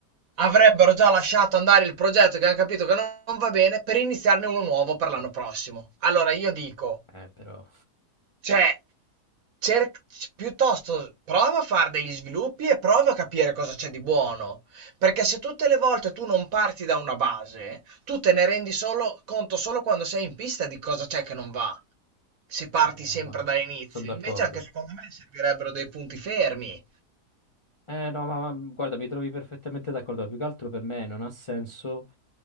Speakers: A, on the right (about 60°); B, on the left (about 45°).
A: avrebbero già lasciato andare il progetto che hanno capito che non, non va bene per iniziarne uno nuovo per l'anno prossimo. Allora io dico,
B: eh, però,
A: cioè, cer- piuttosto prova a fare degli sviluppi e prova a capire cosa c'è di buono. Perché se tutte le volte tu non parti da una base, tu te ne rendi solo, conto solo quando sei in pista di cosa c'è che non va. Se parti
B: no,
A: sempre
B: ma
A: dall'inizio,
B: sono d'accordo.
A: invece anche secondo me servirebbero dei punti fermi.
B: Eh no, ma, ma, guarda, mi trovi perfettamente d'accordo. Più che altro per me non ha senso,